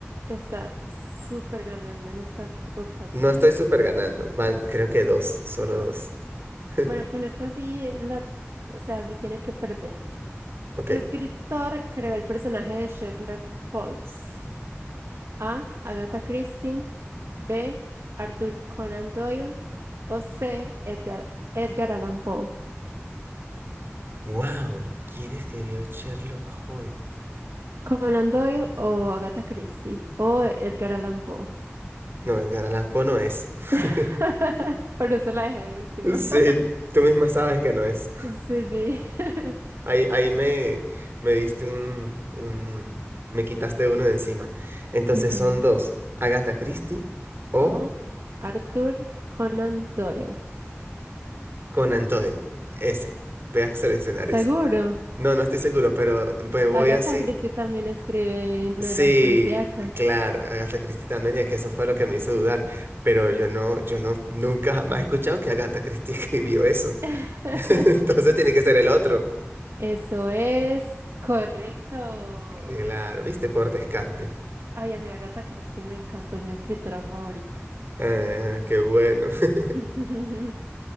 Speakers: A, on the right; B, on the right.
A: Está súper ganando en esta ocasión.
B: No estoy súper ganando. Van,
A: Sí,
B: creo que dos, solo
A: dos.
B: dos. <laughs>
A: Bueno, con esta sí la, o sea, sí tiene que perder.
B: Ok.
A: ¿Qué escritor creó el personaje de Sherlock Holmes? A. Agatha Christie. B. Arthur Conan Doyle. O C. Edgar, Edgar Allan Poe.
B: Wow, ¿quién escribió Sherlock Holmes?
A: Conan Doyle o Agatha Christie o Edgar Allan Poe.
B: No, Edgar Allan Poe no es.
A: <laughs>
B: <laughs>
A: Por eso la dejé de última.
B: Sí,
A: <laughs>
B: tú misma sabes que no es.
A: Sí, sí. <laughs>
B: Ahí, ahí me, me diste un, un- Me quitaste uno de encima. Entonces
A: Ujú.
B: son dos. Agatha Christie o
A: O Arthur Conan Doyle.
B: Conan Doyle. Ese. Voy a seleccionar
A: Seguro.
B: ese. No, no estoy seguro, pero me voy
A: Agatha
B: así.
A: Christie también escribe novelas
B: Sí,
A: policíacas.
B: claro, Agatha Christie también, es que eso fue lo que me hizo dudar, pero yo no, yo no, nunca jamás he escuchado que Agatha Christie <laughs> escribió eso.
A: <laughs>
B: <laughs> Entonces tiene que ser el otro.
A: Eso es correcto.
B: Claro, viste, por descarte.
A: Ay, a mi Agatha Christie me encanta, es mi escritora favorita.
B: Ah, qué bueno. <laughs>
A: <laughs>